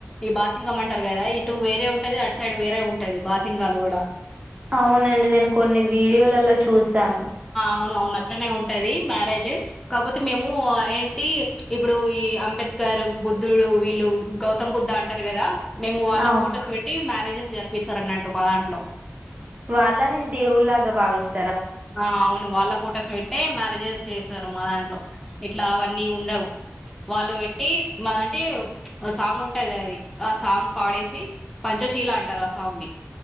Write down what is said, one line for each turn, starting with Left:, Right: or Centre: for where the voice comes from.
Centre: ఈ బాస్ సింగం అంటారు కదా ఇటు వేరే ఉంటది అటు సైడ్ వేరే ఉంటది బాసింగాలు కూడా
Right: అవునండి నేను కొన్ని వీడియోలలో చూశాను
Centre: అవును అవును అట్లనే ఉంటది మ్యారేజ్ కాకపోతే మేము ఏంటి ఇప్పుడు ఈ అంబేద్కర్ గారు బుద్ధుడు వీళ్ళు గౌతమ్ బుద్ధ అంటారు కదా మేము వాళ్ళ
Right: అవును
Centre: ఫొటోస్ పెట్టి మ్యారేజెస్ జరిపిస్తారన్న అంటటు మా దాంట్లో
Right: వాళ్ళని దేవుళ్ళు ల భావిస్త
Centre: ఆ అవును వాళ్ళ ఫోటోస్ పెట్టే మ జేస్ చేస్తారు మా దాంట్లో ఇట్లా అవన్నీ ఉండవు వాళ్ళు పెట్టి మాదంటే సాంగ్ ఉంటది అది ఆ సాంగ్ పాడేసి పంచ సశీల అంటారు ఆ సాంగ్ ని